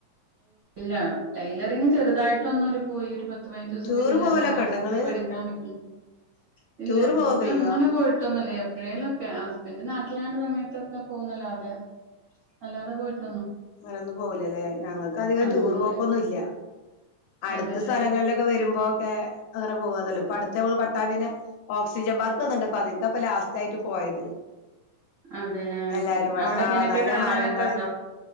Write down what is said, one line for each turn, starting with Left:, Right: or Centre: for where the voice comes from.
Right: ല്ല ടൈലറിങ് ചെറുതായിട്ട് ഒന്നരു പോയി ഒരുപത് പത്തു പൈനാജൂസം ദിവസം
Left: ടൂറ്
Right: പോയി നല്ല
Left: പോവലൊക്കെ
Right: അത കാര്യമായിട്ട്
Left: ഉണ്ടോ ഇങ്ങള്
Right: പഠിക്കാൻ പറ്റില്ല ഇല്ല
Left: ടൂറ് പോവാ
Right: ടൂർ
Left: കയ്യോ
Right: അങ്ങനെ പോയിട്ടൊന്നല്ലേ എപ്പോ യിലൊക്കെ ഹസ്ബൻഡ് നാട്ടിലാണ് സമയത്തൊക്കെ പോകുന്നല്ലാതെ അല്ലാതെ പോയിട്ട്
Left: മരൊന്ന പോകലല്ലേ ഞങ്ങൾക്ക് അധികം
Right: ആഹ്
Left: ടൂറ്
Right: അല്ല
Left: പോക്കൊന്നുംല്ല അടുത്ത
Right: അതെല്ലേ
Left: സ്ഥലങ്ങളിലൊക്കെ വരുമ്പോൊക്കെ അങ്ങനെ പോവാന്നല്ലോ അടുത്ത പട്ടാമ്പനെ ഓക്സിജൻ പാർക്ക് വന്നണ്ട് ഇപ്പ അതിക്കപ്പ ലാസ്റ്റ് ആയിട്ട് പോയത്
Right: അതെല്ലേ അത്
Left: എല്ലാരുംപടെ
Right: ശരി. അവിടെ ഇങ്ങനെയൊക്കെ
Left: ആഹ നല്ല
Right: കാണാനൊക്കെ
Left: മരങ്ങള്െ
Right: ഉണ്ടോ?